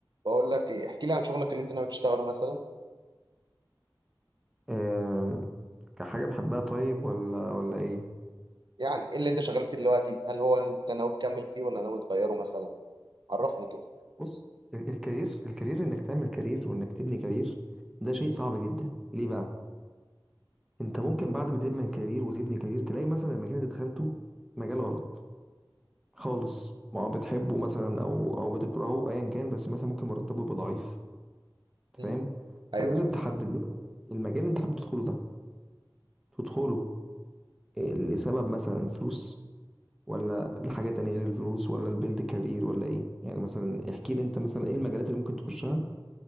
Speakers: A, on the right; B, in the centre.
A: بقول لك ايه احكي لي عن شغلك اللي انت ناوي تشتغله مثلا
B: آم، كحاجة بحبها طيب ولا ولا ايه
A: يعني ايه اللي انت شغال فيه دلوقتي هل هو انت ناوي تكمل فيه ولا ناوي تغيره مثلا عرفني كده
B: بص ال- الكارير الكارير انك تعمل كارير وانك تبني كارير ده شيء صعب جدا ليه بقى انت ممكن بعد ما تبني كارير وتبني كارير تلاقي مثلا المكان اللي دخلته مجال غلط خالص ما هو بتحبه مثلا او او بتكرهه ايا كان بس مثلا ممكن مرتبه يبقى ضعيف انت
A: مم.
B: فاهم
A: ايوه
B: فانت لازم
A: ايوه
B: تحدد دلوقتي المجال اللي انت حابب تدخله ده تدخله آه، لسبب مثلا فلوس ولا لحاجة تانية غير الفلوس ولا البيلد كارير ولا ايه يعني مثلا احكي لي انت مثلا ايه المجالات اللي ممكن تخشها